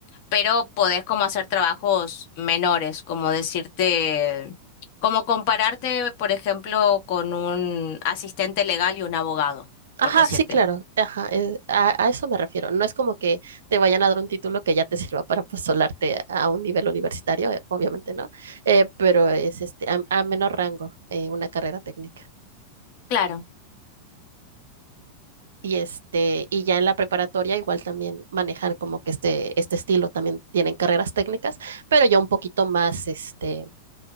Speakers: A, on the left (about 45°); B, on the right (about 65°).
A: pero podés como hacer trabajos menores, como decirte, como compararte, por ejemplo, con un asistente legal y un abogado,
B: Ajá,
A: por decirte.
B: sí, claro. Ajá, eh, a, a eso me refiero. No es como que te vayan a dar un título que ya te sirva para postularte a un nivel universitario, eh, obviamente no, eh, pero es este a, a menor rango eh, una carrera técnica.
A: Claro,
B: Y este, y ya en la preparatoria igual también manejar como que este, este estilo también tienen carreras técnicas, pero ya un poquito más este